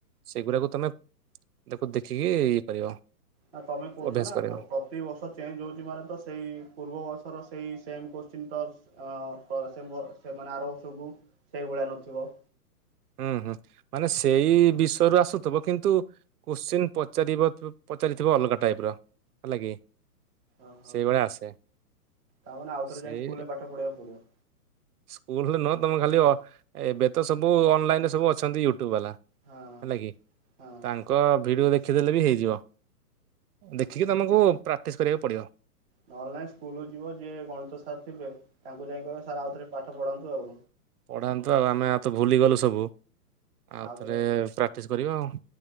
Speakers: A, on the right; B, in the centre.
A: ସେଇଗୁଡାକୁ ତମେ ତାକୁ ଦେଖିକି ଇଏ କରିବ।
B: ନା ତମେ କୋହୁଚ
A: ଅଭ୍ୟାସ
B: ନା
A: କରିବ।
B: ଆଉ କୋ କୋ ତି ବର୍ଷ ଚେଞ୍ଜ ହୋଉଚି ମାନେ ତ ସେଇ ପୂର୍ବର୍ଷର ସେଇ ସେମ୍ କୋଶ୍ଚିନ୍ ତ ଆ ଆ ପା ସେବ ସେମାନେ ଆର ବର୍ଷକୁ ସେଇଭଳିଆ ନଥିବ?
A: ହୁଁ ହୁଁ ମାନେ ସେଇ ବିଷୟରୁ ଆସୁଥିବ କିନ୍ତୁ କୋଶ୍ଚିନ୍ ପଚାର ପ୍-ପଚାରିଥିବ ଅଲଗା ଟାଇପ ର ହେଲା କିି
B: ଓହୋ।
A: ସେଇଭଳିଆ ଆସେ।
B: ତାମାନେ ଆଉଥରେ
A: ସେଇ
B: ଯାଇଁକି ସ୍କୁଲରେ ପାଠ ପଢିବାକୁ ପଡିବ?
A: ସ୍କୁଲରେ ନୁହଁ ତମେ ଖାଲି ଅ ଏବେ ତ ସବୁ ଅନଲାଇନରେ ସବୁ ଅଛନ୍ତି ୟୁ ଟ୍ୟୁବ୍ ବାଲା
B: ହଁ
A: ହେଲା କି
B: ହଁ
A: ତାଙ୍କ ଭିଡିଓ ଦେଖ ଖି ଦେଲେ ବି ହେଇଯିବ ଦେଖିକି ତମକୁ ପ୍ରାକ୍ଟିସ କରିବାକୁ ପଡିବ।
B: ନହେଲେ ନହିଁ ସ୍କୁଲ ଯିବ ଯିଏ ଗଣିତ ସାର୍ ଥିବେ ତାଙ୍କୁ ଯାଇ କହିବେ ସାର୍ ଆଉଥରେ ପାଠ ପଢ଼ାନ୍ତୁ ଆଉ।
A: ପଢ଼ାନ୍ତୁ ଆଉ ଆମେ ଆଉ ତ ଭୁଲିଗଲୁ ସବୁ ଆଉ
B: ଆଉଥରେ
A: ଥରେ ପ୍ରାକ୍ଟିସ୍ କରିବା ଆଉ।